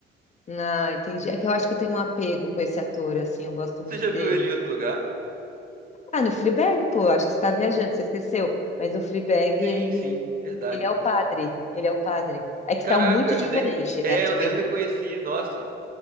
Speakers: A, on the left (about 35°); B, on the right (about 45°).
A: Ah, entendi. É que eu acho que eu tenho um apego com esse ator, assim, eu gosto
B: Você
A: muito
B: já
A: dele.
B: viu ele em outro lugar?
A: Ah, no Fleabag, pô, acho que você tá viajando, você esqueceu. Mas o Fleabag,
B: Sim,
A: ele,
B: sim, verdade.
A: ele é o padre, ele é o padre. É que
B: Caraca,
A: tá muito
B: eu
A: diferente,
B: nem, re- é,
A: né? Também
B: eu nem reconheci, nossa.